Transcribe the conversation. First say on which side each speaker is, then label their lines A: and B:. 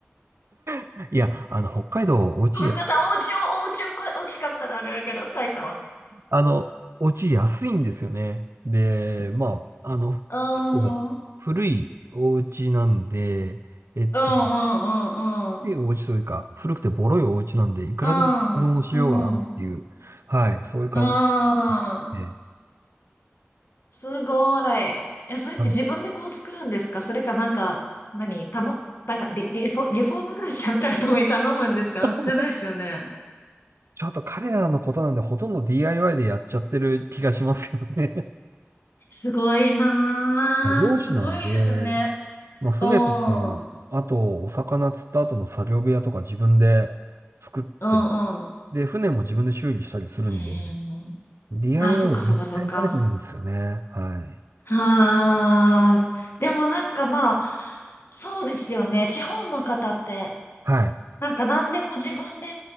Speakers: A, on the right (about 70°); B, on the left (about 60°).
A: <laughs> いや、あの、北海道、お家
B: ごめんなさい、お家を、お家をこ大きかったらあれだけど、埼玉の家
A: あの、お家安いんですよね。で、まあ、あの、
B: うーん、
A: 結構古いお家なんで、
B: うん、
A: えっと、
B: うん、
A: 古いお家というか、
B: うん、
A: 古くてボロいお家なんで、いくらでも依存しようがあるっていう、
B: うん、うん、う
A: はい、そういう感
B: ん、うん。
A: じで、
B: すごい。え、それって自分でこう作るんですかそれかなんか、
A: あの
B: 何頼、なんかリ、リフォ、リフォーム会社みたいなところに頼むんですかじゃないですよね。
A: <laughs> ちょっと彼らのことなんで、ほとんど DIY でやっちゃってる気がしますよね。
B: すごいなー。
A: <laughs> 漁師なんで、
B: すごいですね。
A: まあ、船とか、
B: うん。うん
A: あと、お魚釣った後の作業部屋とか自分で作って、
B: うん。
A: で、船も自分で修理したりするんで、
B: へー
A: DIY
B: あ、そっかそっかそっか。
A: は絶対慣れてるんですよね。はい。
B: あー。でもなんかまあ、そうですよね。地方の方って、
A: はい。
B: なんか何でも自分で、